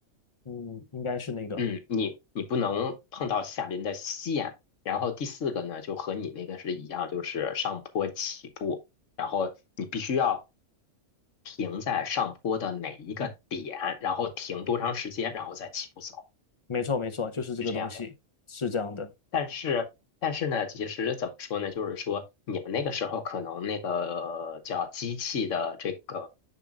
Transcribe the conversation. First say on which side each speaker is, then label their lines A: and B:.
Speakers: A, on the left; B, on the left.
A: 嗯，应该是那个，
B: 嗯，你你不能碰到下边的线，然后第四个呢，就和你那个是一样，就是上坡起步，然后你必须要停在上坡的哪一个点，然后停多长时间，然后再起步走，
A: 没错没错，就是这个东西，
B: 是这样的。
A: 是这样的。
B: 但是，但是呢，其实怎么说呢？就是说，你们那个时候可能那个叫机器的这个